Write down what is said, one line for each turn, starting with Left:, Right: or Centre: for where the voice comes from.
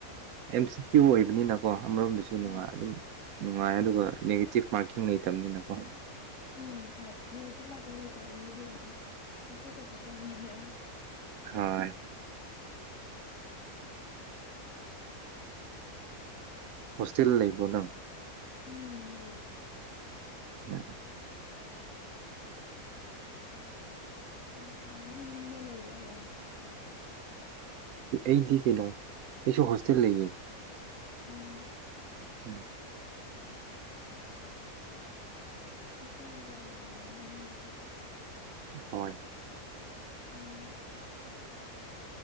Right: ꯑꯦꯝ ꯁꯤ ꯀꯌꯨ ꯑꯣꯏꯕꯅꯤꯅꯀꯣ ꯑꯃꯔꯣꯝꯗꯁꯨ ꯅꯨꯡꯉꯥꯏ
Left: ꯑꯣ
Right: ꯑꯗꯨꯝ ꯅꯨꯡꯉꯥꯏ ꯑꯗꯨꯒ ꯅꯦꯒꯦꯇꯤꯞ ꯃꯥꯔꯀꯤꯡ ꯂꯩꯇꯕꯅꯤꯅꯀꯣ
Left: ꯎꯝ ꯍꯣꯏ ꯅꯦꯒꯦꯇꯤꯚ ꯃꯥꯔꯀꯤꯡ ꯂꯩꯇꯕ ꯑꯩꯕꯨꯗꯤ ꯑꯗꯨꯝ ꯈꯣꯠꯇ ꯈꯣꯠꯂꯝꯅꯤ ꯈꯔ
Right: ꯍꯣꯏ ꯍꯣꯁꯇꯦꯜ ꯂꯩꯕꯣ ꯅꯪ
Left: ꯎꯝ ꯂꯩꯌꯦ
Right: ꯎꯝ
Left: ꯎꯝ ꯌꯨꯝꯗ ꯂꯩꯕ꯭ꯔꯥ ꯑꯌꯥꯝꯕꯗ
Right: ꯑꯩꯗꯤ ꯀꯩꯅꯣ ꯑꯩꯁꯨ ꯍꯣꯁꯇꯦꯜ ꯂꯩꯌꯦ
Left: ꯑꯣ
Right: ꯎꯝ
Left: ꯑꯩꯈꯣꯏꯒ ꯃꯥꯟꯅꯔꯝꯃꯅꯤ ꯑꯗꯨꯗꯤ
Right: ꯍꯣꯏ
Left: ꯎꯝ